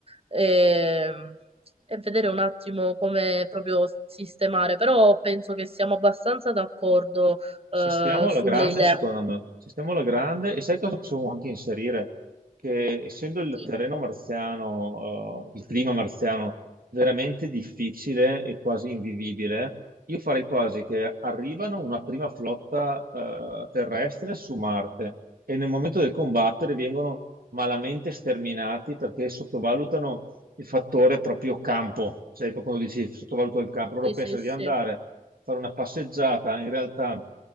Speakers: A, on the right; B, on the right.
A: e, e vedere un attimo come proprio sistemare, però penso che siamo abbastanza d'accordo eh,
B: Ci stiamo alla
A: sulle
B: grande,
A: idee.
B: secondo me. Ci stiamo alla grande e sai cosa possiamo anche inserire? Che essendo il
A: Sì,
B: terreno marziano, eh, il clima marziano veramente difficile e quasi invivibile, io farei quasi che arrivano una prima flotta, eh, terrestre su Marte e nel momento del combattere vengono malamente sterminati perché sottovalutano il fattore proprio campo. Sai, quando dici sottovaluto il campo, loro
A: sì,
B: pensano
A: sì, sì,
B: di andare a fare una passeggiata, in realtà